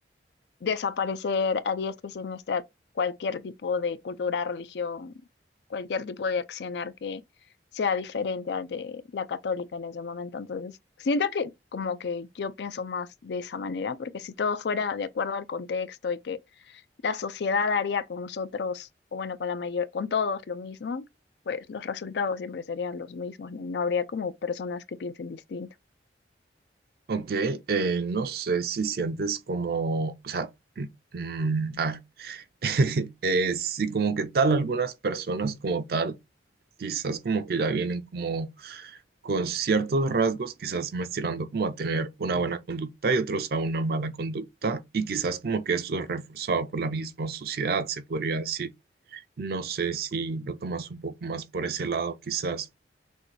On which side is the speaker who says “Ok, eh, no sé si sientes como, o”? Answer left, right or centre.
Right